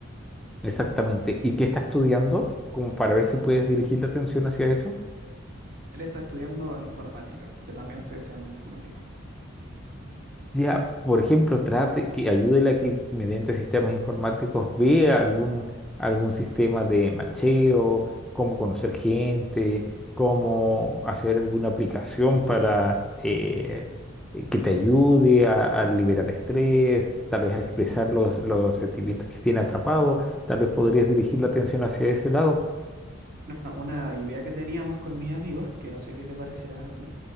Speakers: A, in the centre; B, on the right.
A: Exactamente. ¿Y qué está estudiando? Como para ver si puedes dirigir la atención hacia eso.
B: Él está estudiando informática, yo también estoy estudiando informática.
A: Ya, por ejemplo, trate que ayúdele a que mediante sistemas informáticos vea algún, algún sistema de macheo, cómo conocer gente, cómo hacer alguna aplicación para eh, eh, que te ayude a, a liberar estrés, tal vez a expresar los, los sentimientos que tiene atrapado, tal vez podrías dirigir la atención hacia ese lado.
B: No, no, una idea que teníamos con mis amigos, que no sé qué te parecerá a ti,